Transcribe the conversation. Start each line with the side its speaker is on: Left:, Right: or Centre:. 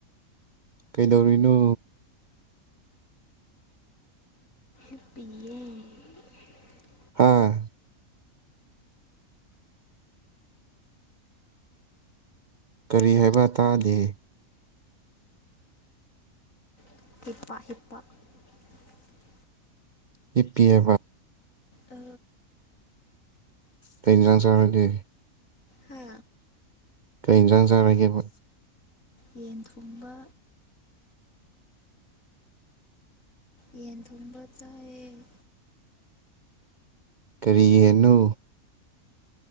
Right: ꯀꯩꯗꯧꯔꯤꯅꯣ
Left: <inaudible>
Right: ꯍꯥꯥ ꯀꯔꯤ ꯍꯥꯏꯕ ꯇꯥꯗꯦ
Left: <inaudible>
Right: ꯍꯤꯞꯄꯤꯌꯦ
Left: ꯑ
Right: ꯀꯩ ꯏꯁꯥꯡ ꯆꯥꯔꯒ
Left: ꯍꯥ
Right: ꯀꯩ ꯌꯦꯟꯁꯥꯡ ꯆꯥꯔꯒꯦꯕ
Left: ꯌꯦꯟ ꯊꯣꯡꯕ ꯌꯦꯟ ꯊꯣꯡꯕ ꯆꯥꯏꯌꯦ
Right: ꯀꯔꯤ ꯌꯦꯅꯣ